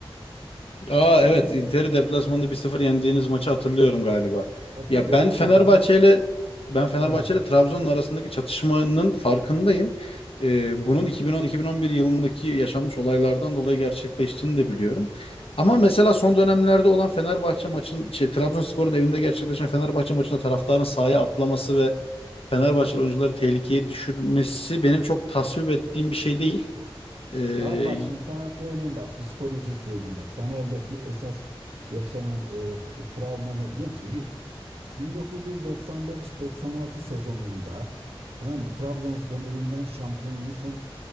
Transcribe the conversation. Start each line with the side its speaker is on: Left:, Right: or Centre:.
Left: Aa
Right: <laughs>
Left: evet Inter'i deplasmanda bir sıfır yendiğiniz maçı hatırlıyorum galiba.
Right: Hatırlıyor
Left: Ya ben
Right: musun?
Left: Fenerbahçe
Right: 2000...
Left: ile ben Fenerbahçe
Right: Evet.
Left: ile Trabzon'un arasındaki çatışmanın farkındayım. Ee, bunun 2010-2011 yılındaki yaşanmış olaylardan dolayı gerçekleştiğini de biliyorum. Ama mesela son dönemlerde olan Fenerbahçe maçın şey Trabzonspor'un evinde gerçekleşen Fenerbahçe maçında taraftarın sahaya atlaması ve Fenerbahçe oyuncuları tehlikeye düşürmesi benim çok tasvip ettiğim bir şey değil. Ee,
Right: Abi bak şimdi sana söyleyeyim bak psikolojiyi söyleyeyim bak Fener'deki esas yaşanan e, travma ne biliyor musun? Bir 1995-96 sezonunda tamam mı? Trabzonspor'un elinden şampiyonluğu son